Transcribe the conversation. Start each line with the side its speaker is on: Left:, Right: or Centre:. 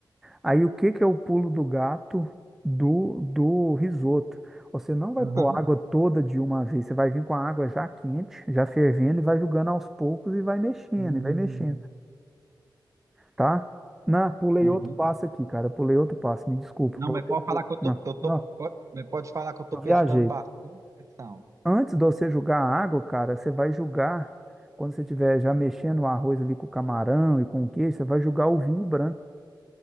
Centre: Aí o que que é o pulo do gato do, do risoto? Você não vai
Right: Aham.
Centre: pôr água toda de uma vez. Você vai vir com a água já quente, já fervendo, e vai jogando aos poucos e vai mexendo,
Right: Uhum.
Centre: e vai mexendo, tá? Não, pulei
Right: Uhum.
Centre: outro passo aqui, cara. Pulei outro passo. Me desculpa.
Right: Não,
Centre: Voltei.
Right: mas pode falar
Centre: pro-
Right: que eu tô,
Centre: Não,
Right: eu tô,
Centre: não,
Right: pode, mas pode falar que eu tô
Centre: eu
Right: prestando
Centre: viajei.
Right: bastante atenção.
Centre: Antes de você julgar a água, cara, você vai julgar, quando você estiver já mexendo o arroz ali com o camarão e com o queijo, você vai julgar o vinho branco.